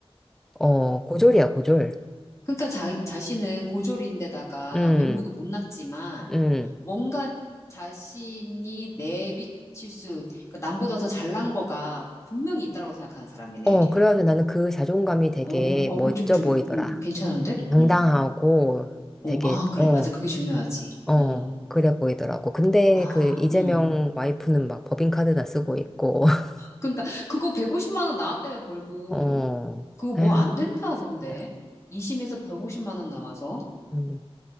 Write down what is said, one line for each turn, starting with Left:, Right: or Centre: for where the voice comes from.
Centre: 어 고졸이야 고졸
Left: 그러니까 자, 자신은 고졸인데다가
Centre: 음
Left: 외모도 못났지만
Centre: 음.
Left: 뭔가 자신이 내비칠 수, 그 남보다 더 잘난 거가 분명히 있다라고 생각하는 사람이네.
Centre: 어, 그래가지고 나는 그 자존감이 되게
Left: 어, 어,
Centre: 멋져
Left: 그 좀 좋,
Centre: 보이더라.
Left: 음, 괜찮은데?
Centre: 당당하고
Left: 응. 어,
Centre: 되게,
Left: 아, 그래,
Centre: 어,
Left: 맞아. 그게 중요하지.
Centre: 어,
Left: 어,
Centre: 그래 보이더라고. 근데
Left: 아,
Centre: 그 이재명
Left: 음.
Centre: 와이프는 막 법인카드나 쓰고 있고, <laughs>
Left: 그러니까 그거 150만 원 나왔다며 벌금.
Centre: 어,
Left: 그거 뭐
Centre: 아휴,
Left: 안 된다 하던데.
Centre: 진짜.
Left: 2심에서 150만 원 나와서.
Centre: 음.